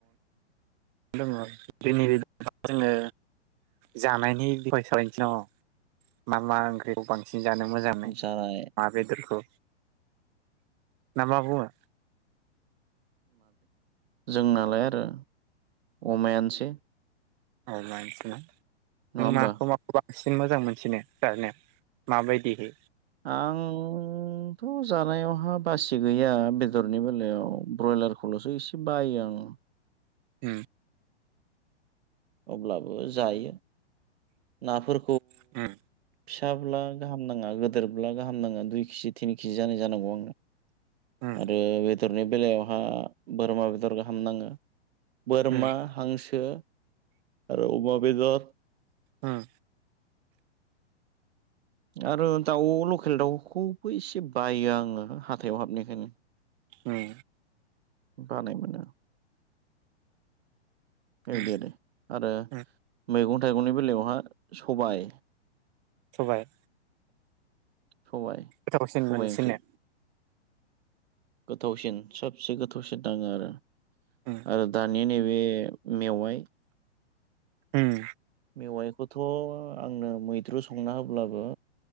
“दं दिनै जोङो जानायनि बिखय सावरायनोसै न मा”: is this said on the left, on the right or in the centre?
Right